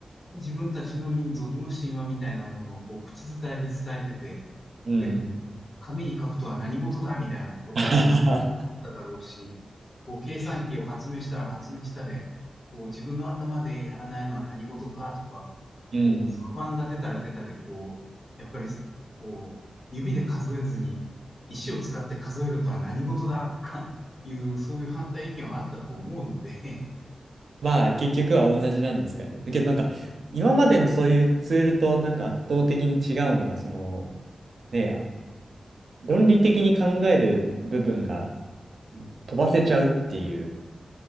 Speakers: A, on the left; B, on the right.
A: 自分たちの民族の神話みたいなものを、こう、口伝えで伝えてて、
B: うん。
A: で、こう紙に書くとは何事だみたいなことを
B: <laughs>
A: ただろうし、こう、計算機を発明したら発明したで、こう、自分の頭でやらないのは何事かとか、
B: うん。
A: こう、不安が出たら出たで、こう、やっぱり、こう、指で数えずに、石を使って数えるとは何事だとかいう、そういう反対意見はあったと思うので、<laughs>
B: まあ、結局は同じなんですかね。だけど、なんか、今までのそういうツールと、なんか圧倒的に違うのが、その、ね、論理的に考える部分が飛ばせちゃうっていう、